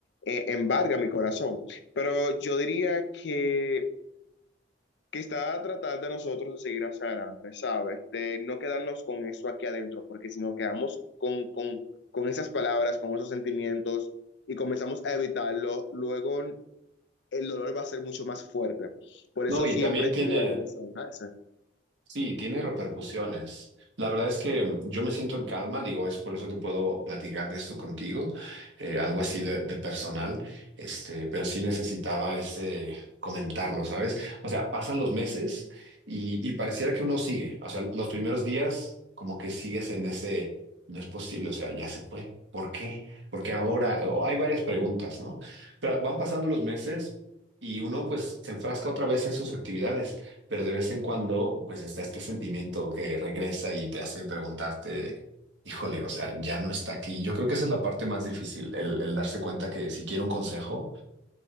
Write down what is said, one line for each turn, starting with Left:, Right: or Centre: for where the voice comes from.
Left: eh, embarga mi corazón. Pero yo diría que quizá tratar de nosotros de seguir hacia adelante, ¿sabes? De no quedarnos con eso aquí adentro, porque si nos quedamos con, con, con esas palabras, con esos sentimientos y comenzamos a evitarlo, luego el dolor va a ser mucho más fuerte. Por
Right: no,
Left: eso
Right: y
Left: siempre
Right: también
Left: es
Right: tiene,
Left: bueno desahogarse.
Right: Sí, tiene repercusiones. La verdad es que mm, yo me siento en calma, digo, es por eso que puedo platicar de esto contigo, eh, algo así de, de personal, este, pero sí necesitaba ese comentarlo, ¿sabes? O sea, pasan los meses y, y pareciera que uno sigue, o sea, los primeros días como que sigues en ese, no es posible, o sea, ya se fue. ¿Por qué? Porque ahora O hay varias preguntas, ¿no? Pero van pasando los meses y uno pues se enfrasca otra vez en sus actividades pero de vez en cuando, pues está este sentimiento que regresa y te hace preguntarte, híjole, o sea, ya no está aquí. Yo creo que esa es la parte más difícil, el, el darse cuenta que si quiero un consejo,